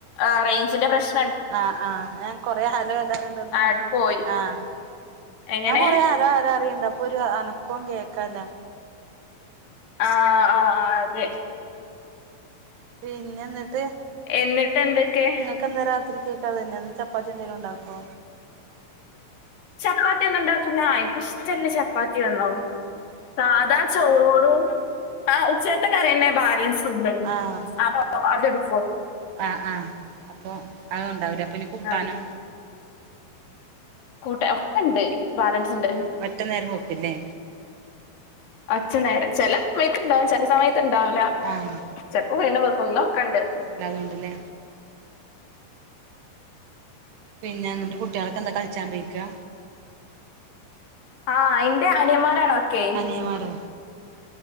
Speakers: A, on the left; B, on the right.
A: ആഹ് റെയിഞ്ചിന്റെ പ്രശ്
B: ആഹ് ആഹ് ഞാൻ കൊറേ ഹലോ ഹലോ പറയണതൊന്നും
A: അങ്ങട്ട് പോയി
B: ആഹ്
A: എങ്ങനെ
B: ഞാൻ കൊറെ ഹലോ ഹലോ പറയണ്ട് അപ്പൊ ഒരു അനക്കോം കേക്കായില്ല
A: ആഹ് ആഹ് അതെ
B: പിന്നെ എന്നിട്ട്
A: എന്നിട്ട് എന്തൊക്കെ
B: ഇപ്പൊ എന്താ രാത്രിക്ക് അതന്നെ ചപ്പത്തി എന്തേലും ഉണ്ടാക്കോ
A: ചപ്പാത്തി ഒന്നും ഉണ്ടാക്കുല എനിക്ക് ഇഷ്ടല്ല ചപ്പാത്തി ഒന്നും സാധാ ചോറും ആഹ് ഉച്ചൽത്തെ കറിയന്നെ ബാലൻസ് ഉണ്ട്
B: ആഹ്
A: അപ്പൊ അതെടുക്കുവോ
B: ആഹ് ആഹ് അപ്പൊ അത് ഉണ്ടാവൂലേ അപ്പൊ ഇനി കൂട്ടാനോ
A: ആ കൂട്ട ഒക്കെ ഉണ്ട് ബാലൻസ് ഉണ്ട്
B: ആഹ് ഒറ്റ നേരം വെക്കൂല്ലേ
A: ഒച്ചെനേര് ചെലെ മയത്ത്ണ്ടാവും ചെലെ സമയത്ത്ണ്ടാവൂലാ
B: ആഹ്
A: ചെൽപ്പോ ഉയ്ന്ന് വെക്കും ന്ന് വെക്ക്ണ്ട്
B: അല്ലാതോണ്ട്ലേ പിന്നെ ന്നിട്ട് കുട്ട്യാളൊക്കെന്ന് കൾച്ചാൻ പേയ്ക്കാ
A: ആഹ് ഇന്റെ അനിയന്മാരാണൊക്കേ
B: നിയൻമാരോ